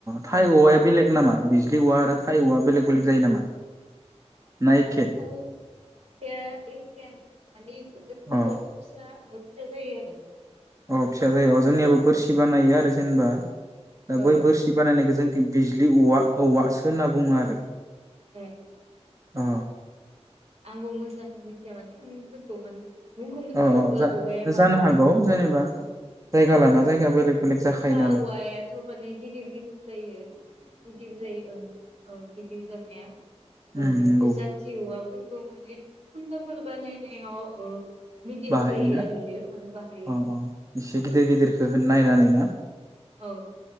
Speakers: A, on the right; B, on the right.
A: थाय
B: औ
A: औवाया बेलेग
B: औ
A: नामा लि औवा आरो थाय औवा बेलेक बेलेग जायो नामा ना एखे
B: ख एखेयानो माने थ
A: अ
B: औवाखौ फिसा फिसा जायो आरो
A: अ फिसा जायो जोंनियाबो बोरसि बानायो आरो जेनेबा दा
B: औ
A: बै बोरसि बानायनायखौ जों बिज दलि औवा औवा सो होनना बुङो आरो
B: ओ ओ
A: अ
B: आंबो मोजाङै मिथिया माने मुंफोरखौ माने मुंखौ मिथिबबो
A: अ जा
B: औवाया माबायदि
A: जानो हागौ
B: बेखौ
A: जेनेबा
B: औ
A: जायगा लाना
B: औ
A: जायगा बेलेग बेलेग
B: खुरखा
A: जाखायो नालाय
B: औवायाथ' माने गिदिर गिदिर जायो गिदिर जायो औ औ गिदिर जानाया औ
A: उम
B: बेनिफ्राय
A: नंगौ
B: जाथि औवाफोर माने खुन्थाफोर बानायनायाव मिडियाम
A: बाहायोना
B: जायो आरो इयो माने बाहायो
A: अ
B: औ
A: अ एसे गिदिर गिदिरखौ होन नायनानै ना
B: औ